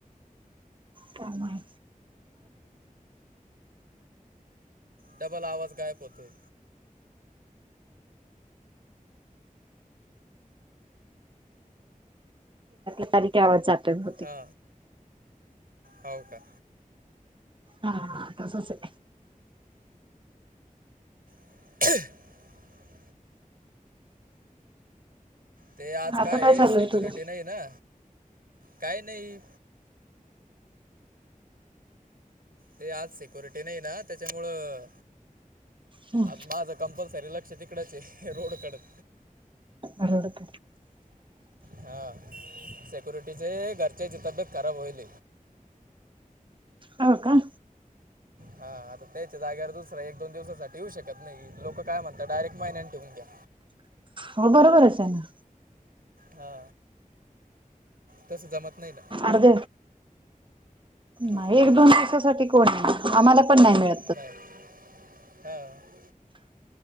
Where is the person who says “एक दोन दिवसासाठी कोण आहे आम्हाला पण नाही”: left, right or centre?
Right